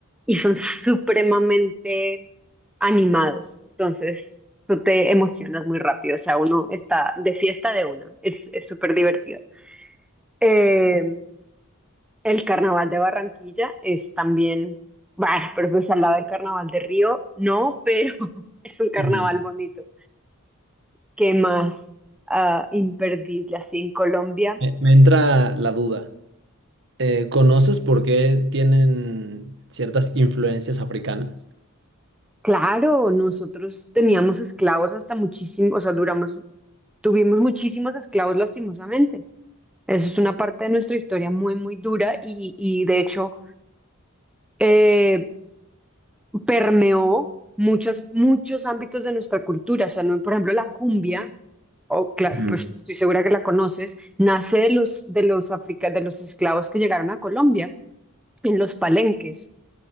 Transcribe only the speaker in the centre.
y son supremamente animados. Entonces, tú te emocionas muy rápido. O sea, uno está de fiesta de una. Es, es súper divertido. Eh, el carnaval de Barranquilla es también, bueno, pero pues al lado del carnaval de Río, no, pero <laughs> es un carnaval
bonito. ¿Qué más? Ah, imperdible así en Colombia.
Claro, nosotros teníamos esclavos hasta muchísimo, o sea, duramos, tuvimos muchísimos esclavos lastimosamente. Eso es una parte de nuestra historia muy, muy dura y, y de hecho, eh, permeó muchos, muchos ámbitos de nuestra cultura. O sea, no, por ejemplo, la cumbia, o cla-
pues estoy segura que la conoces, nace de los, de los africa- de los esclavos que llegaron a Colombia, en los palenques.